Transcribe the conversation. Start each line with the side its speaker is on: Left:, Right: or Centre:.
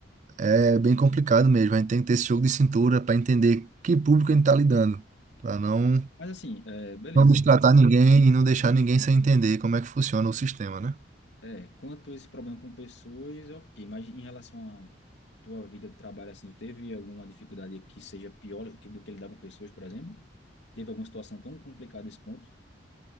Right: é bem complicado mesmo. A gente tem que ter esse jogo de cintura para entender que público a gente tá lidando, para não
Left: Mas assim, é, beleza.
Right: não destratar ninguém e não deixar ninguém sem entender como é que funciona o sistema, né?
Left: É, quanto a esse problema com pessoas, ok. Mas em relação à tua vida de trabalho, assim, tu teve alguma dificuldade que seja pior que- do que lidar com pessoas, por exemplo? Teve alguma situação tão complicada nesse ponto?